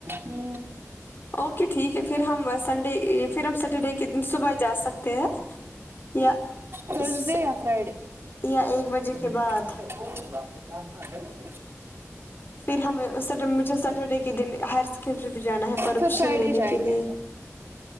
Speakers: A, on the right (about 50°); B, on the left (about 45°).
A: ہوں
B: اوکے ٹھیک ہے پھر ہم سنڈے پھر ہم سٹرڈے کے د صبح جا سکتے ہیں یا
A: تھرزڈے
B: اس-
A: یا فرائیڈے
B: یا ایک بجے
A: ہ
B: کے بعد
A: اا کولا آ ما س
B: پھر ہمیں اس مجھے سٹرڈے کے دن ہائر سیکنڈری پہ جانا ہے پرمیشن
A: پھر فرائیڈے
B: لینے
A: جائیں
B: کے لیے
A: گے